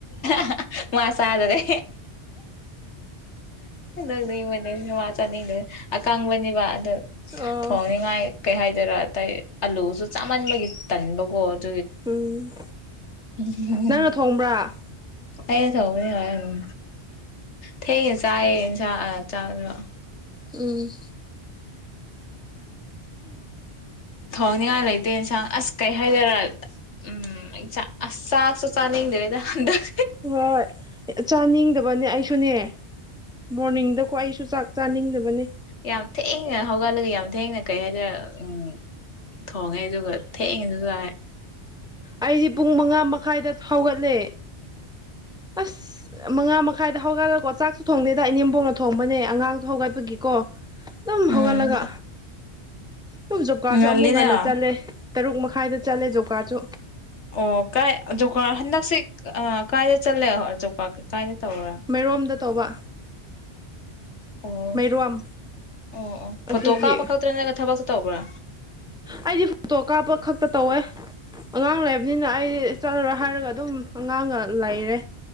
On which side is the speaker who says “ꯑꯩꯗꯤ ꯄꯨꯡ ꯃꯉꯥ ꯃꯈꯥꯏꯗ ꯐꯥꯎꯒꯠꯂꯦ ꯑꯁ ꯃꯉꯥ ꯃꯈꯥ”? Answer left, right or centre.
Centre